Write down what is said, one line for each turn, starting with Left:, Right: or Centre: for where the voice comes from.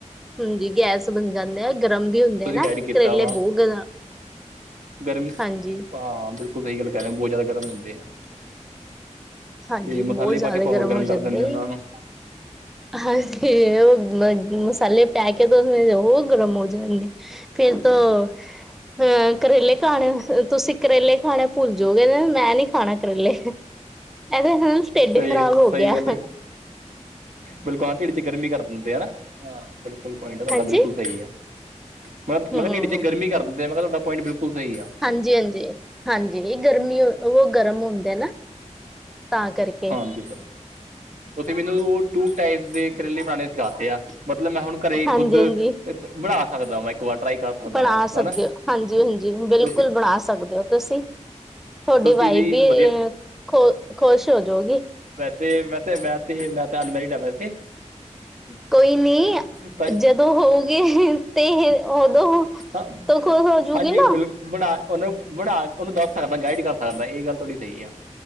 Centre: ਹੁੰਦੀ ਗੈਸ ਬਣ ਜਾਂਦੇ ਆ ਗਰਮ ਵੀ ਹੁੰਦੇ
Right: ਤੁਸੀਂ
Centre: ਐ ਨਾਂ,
Right: ਗਾਈਡ ਕੀਤਾ
Centre: ਕਰੇਲੇ
Right: ਵਾ
Centre: ਬੋਤ ਗਰਮ,
Right: ਗਰਮ
Centre: ਹਾਂਜੀ।
Right: ਹਾਂ, ਬਿਲਕੁਲ ਸਹੀ ਗੱਲ ਕੈ ਰੇ, ਬਹੁਤ ਜਾਦਾ ਗਰਮ ਹੁੰਦੇ ਆ।
Centre: ਹਾਂਜੀ,
Right: ਤੇ
Centre: ਬਉਤ
Right: ਮਸਾਲੇ
Centre: ਜਾਦਾ
Right: ਪਾ ਕੇ ਆਪਾਂ ਹੋਰ
Centre: ਗਰਮ ਹੋ ਜਾਂਦੇ।
Right: ਕਰ ਦਿੰਦੇ ਉਹਨਾਂ ਨੂੰ
Centre: <unintelligible> ਪੈਲੇ <unintelligible> ਗਰਮ ਹੋ ਜਾਂਣਗੇ, ਫੇਰ ਤੋਂ ਅਹ ਕਰੇਲੇ ਖਾਣੇ, ਤੁਸੀਂ ਕਰੇਲੇ ਖਾਣੇ ਭੁੱਲ ਜੋਗੇ, ਮੈਂ ਨੀ ਖਾਣੇ ਕਰੇਲੇ। ਹੰ, ਟੇਡ
Right: ਸਹੀ
Centre: ਖ਼ਰਾਬ
Right: ਸਹੀ
Centre: ਹੋ ਗਯਾ।
Right: ਗੱਲ ਹੈ ਬਿਲਕੁਲ ਹਾਂ ਟੇਡ ਚ ਗਰਮੀ ਕਰ ਦਿੰਦੇ ਆਨਾ ਹਾਂ, ਬਿਲਕੁਲ ਪੁਆਇੰਟ ਤੁਆਡਾ
Centre: ਹਾਂਜੀ
Right: ਬਿਲਕੁਲ ਸਈ ਐ। ਮੈਂ
Centre: ਹਮ
Right: ਮੈਂਹੈ ਟੀਡ ਚ ਗਰਮੀ ਕਰਦੇ ਐ, ਮੈਂਹੈ ਤੁਆਡਾ ਪੋਂਇੰਟ ਬਿਲਕੁਲ ਸਈ ਆ।
Centre: ਹਾਂਜੀ-ਹਾਂਜੀ, ਹਾਂਜੀ ਗਰਮੀ ਓ ਗਰਮ ਹੁੰਦੇ ਨਾ, ਤਾਂ ਕਾਰਕੇ।
Right: ਹਾਂਜੀ, ਬਿਲਕੁਲ ਤੁਸੀਂ ਮੇਨੂੰ ਟੂ ਟਾਈਪਸ ਦੇ ਕਰੇਲੇ ਬਣਾਨੇ ਸਿਖਾਤੇ ਆ, ਮਤਲਬ ਮੈਂ ਹੁਨ ਘਰੇ
Centre: ਹਾਂਜੀ
Right: ਖੁੱਦ ਬਣਾ
Centre: ਹਾਂਜੀ
Right: ਸਕਦਾ ਵਾ, ਇੱਕ ਵਾਰ ਟਰਾਈ ਕਰ ਸਕਦਾ
Centre: ਬਣਾ
Right: ਵਾਂ
Centre: ਸਕਦੇ
Right: ਹਨਾ,
Centre: ਹੋ ਹਾਂਜੀ ਹਾਂਜੀ ਬਿਲਕੁਲ
Right: ਤੁਸੀਂ
Centre: ਬਣਾ ਸਕਦੇ ਓ ਤੁਸੀਂ, ਥੋਡੀ
Right: ਤੁਸੀਂ
Centre: ਵਾਈਫ ਵੀ
Right: ਇੱਕ ਵਧੀਆ
Centre: ਖੋ ਖੋਸ਼ ਹੋਜੋਗੀ।
Right: ਤੇ ਮੈਂ ਤੇ, ਮੈਂ ਤੇ, ਮੈਂ ਤਾਂ ਅਨਮੈਰਿਡ ਆ ਵੈਸੇ।
Centre: ਕੋਈ ਨੀ
Right: ਤਾਂ
Centre: ਜਦੋਂ ਹੋਊਗੇ ਤੇ ਓਦੋਂ'
Right: ਹਾਂ
Centre: ਤੋ ਖੁਸ ਹੋਜੂ
Right: ਹਾਂਜੀ
Centre: ਗੀਨਾ।
Right: ਬਿਲ ਬਣਾ ਓਨੂੰ, ਬਣਾ ਓਨੂੰ ਦੱਸ ਸਕਦਾ ਗਾਈਡ ਕਰ ਸਕਦਾ, ਏ ਗੱਲ ਥੋੜੀ ਸਈ ਐ।